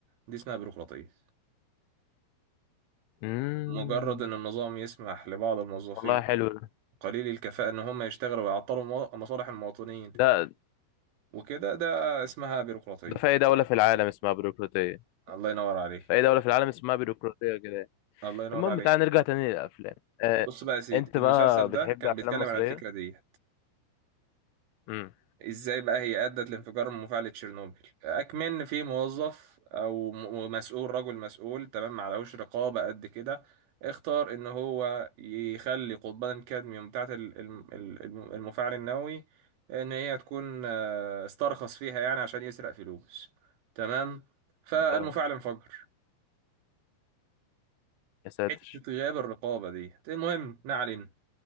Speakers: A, on the right; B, on the left.
A: دي اسمها بيروقراطيه
B: امم
A: مجرد ان النظام يسمح لبعض الموظفين
B: والله حلو
A: قليلي الكفاءة إن هم يشتغلوا ويعطلوا مو- مصالح المواطنين
B: ده
A: وكده ده اسمها بيروقراطية
B: ده في اي دولة في العالم اسمها بيروقراطية
A: الله ينور عليك
B: في اي دولة في العالم اسمها بيروقراطية كده يعني.
A: الله ينور
B: المهم
A: عليك
B: تعال نرجع تاني للافلام آه،
A: بص بقى يا سيدي
B: انت
A: المسلسل
B: بقى بتحب
A: ده كان
B: افلام
A: بيتكلم
B: مصرية
A: عن الفكرة دي
B: امم
A: ازاي بقى هي أدت لانفجار مفاعل تشيرنوبل أكمن في موظف أو م- مسؤول رجل مسؤول تمام معلهوش رقابة قد كده اختار ان هو يخلي قضبان الكادميوم بتاعت ال- الم- الم- المفاعل النووي ان هي تكون آه، استرخص فيها يعني عشان يسرق فلوس تمام فالمفاعل
B: اه
A: انفجر
B: يا ساتر
A: حتة غياب الرقابة دي المهم ما علينا